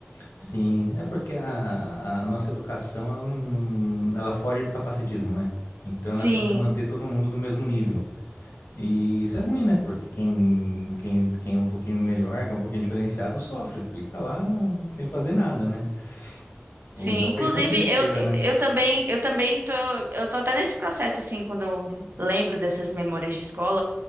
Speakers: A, on the left (about 85°); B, on the right (about 55°).
A: Sim, é porque a, a nossa educação, ela não, ela foge do capacitismo, né? Então ela
B: Sim,
A: tenta manter todo mundo no mesmo nível. E isso é ruim, né? Porque quem, quem, quem é um pouquinho melhor, que é um pouquinho diferenciado, sofre, fica lá sem fazer nada, né? Ou
B: sim,
A: então
B: inclusive
A: pensando besteira,
B: eu,
A: né?
B: eu também, eu também tô, eu tô até nesse processo, assim, quando eu lembro dessas memórias de escola,